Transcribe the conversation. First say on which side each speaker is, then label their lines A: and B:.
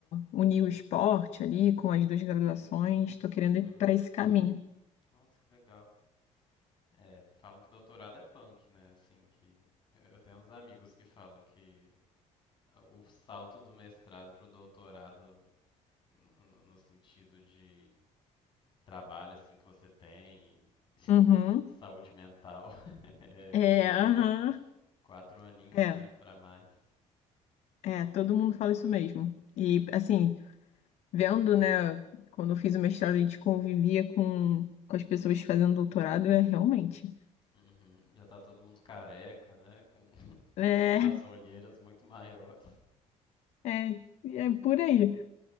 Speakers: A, on the left (about 55°); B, on the left (about 35°).
A: unir o esporte ali com as duas graduações, tô querendo
B: uhum.
A: ir para esse caminho.
B: Nossa, que legal. É, falam que doutorado é punk, né? Assim, que eu tenho uns amigos que falam que o salto do mestrado pro doutorado no, no- no sentido de trabalho assim que você tem, <laughs>
A: Uhum.
B: saúde mental, <laughs> é,
A: É,
B: é grande.
A: aham.
B: Quatro aninhos,
A: É,
B: né, para mais.
A: é, todo mundo fala isso mesmo. E assim, vendo, né, quando eu fiz o mestrado, a gente convivia com, com as pessoas fazendo doutorado, é realmente.
B: Uhum. Já tá todo mundo careca, né? Com <laughs> com
A: É,
B: as, as olheiras muito maiores.
A: é, é por aí.